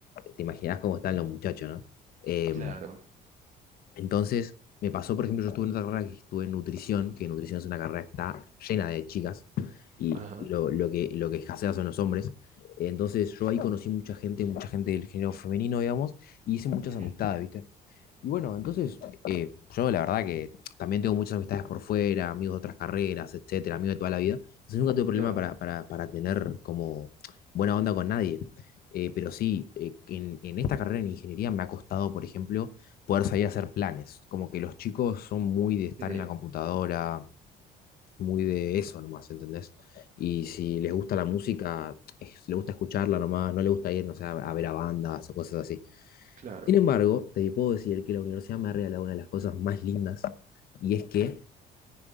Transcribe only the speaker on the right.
claro,
ajá,
ujú,
Claro,
sí,
claro,